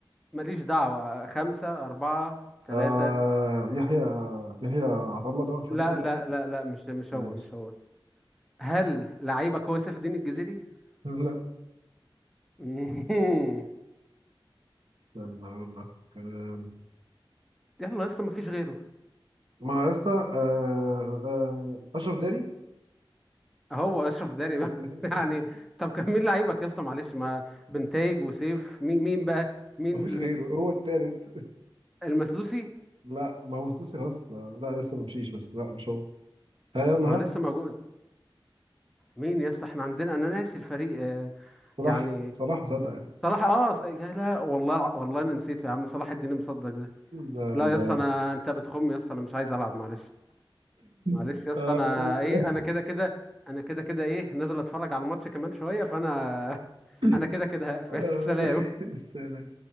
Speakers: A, in the centre; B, on the right.
A: ماليش دعوة خمسة أربعة ثلاثة
B: آه يحيى يحيى عطله ده مش
A: لا
B: اسمه ايه
A: لا لا لا مش مش
B: ماشي
A: هو مش هو هل لعيبك هو سيف الدين الجزيري؟ <laughs>
B: <laughs> لا
A: مهم.
B: استنى اقول لك آه،
A: يلا يا اسطى مفيش غيره
B: ما هو يا اسطى آه، آه، اشرف داري
A: هو أشرف داري بقى.
B: ايوه <laughs>
A: <laughs> يعني طب كان مين لعيبك يا اسطى معلش ما بنتايج وسيف مين مين بقى؟ مين
B: مفيش غيره هو التالت
A: المسلوسي
B: لا ما هو السوسي خلاص لا لسه ما مشيش بس لا مش هو ها يلا
A: ما
B: ها
A: هو لسه موجود مين يا اسطى احنا عندنا انا ناسي الفريق آه،
B: صلاح
A: يعني
B: صلاح مصدق يعني
A: صلاح اه ص- يا لا والله الع- والله انا نسيته يا عم صلاح الدين مصدق ده
B: ده
A: لا يا
B: ده
A: اسطى انا انت بتخم يا اسطى انا مش عايز العب معلش معلش
B: <laughs>
A: يا اسطى انا
B: آه،
A: ايه انا كده كده انا كده كده ايه نازل اتفرج على الماتش كمان شويه فانا
B: <laughs>
A: <laughs> انا كده كده هقفل
B: آه،
A: <laughs> سلام
B: <laughs> السلام